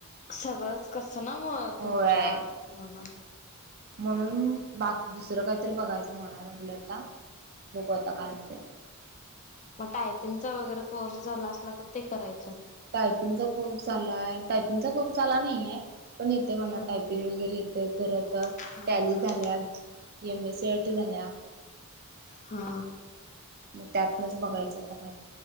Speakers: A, on the left; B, on the right.
A: सगळंच कस ना म
B: होय
A: तुमच्या मना
B: म्हणून बाकी दुसरं काही तर बघायचं म्हणा लागल्यात ना आता बघु आता काय हुतंय.
A: मग टायपिंगचा वगैरे कोर्स झाला असला तर ते कराय
B: टायपिंगचा कोर्स झालाय टायपिंगचा कोर्स झाला नाहीेय पण येतय मला
A: हा
B: टायपिंग वगैरे येतय परत
A: हा
B: टॅली
A: हा
B: झाल्या M S C I T झाल्या.
A: हा
B: त्यातनच बघायचं आता काय